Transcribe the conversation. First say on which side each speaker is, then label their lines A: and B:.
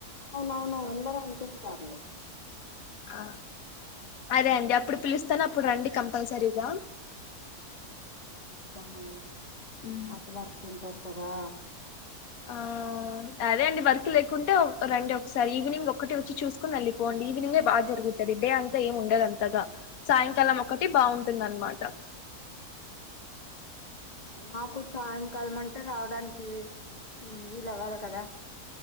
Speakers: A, on the left (about 30°); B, on the left (about 65°).
A: అవునవును అందరూ అంటుంటారు
B: ఆ అదే అండి అప్పుడు పిలుస్తాను అప్పుడు రండి కంపల్సరీగా
A: <unintelligible> చూద్దామండి
B: ఉమ్.
A: మాకు వర్క్ ఉంటది కదా
B: ఆ అ అదే అండి వర్క్ లేకుంటే రండి ఒకసారి ఈవినింగ్ ఒక్కటి వచ్చి చూసుకుని వెళ్లిపోండి ఈవినింగే బాగా జరుగు తది డే అంతా ఏం ఉండదు అంతగా సాయంకాలం ఒక్కటి బాగుంటుంది అన్మాట
A: మాకు సాయంకాలం అంటే రావడానికి మ్మ్ వీలు అవ్వాలి కదా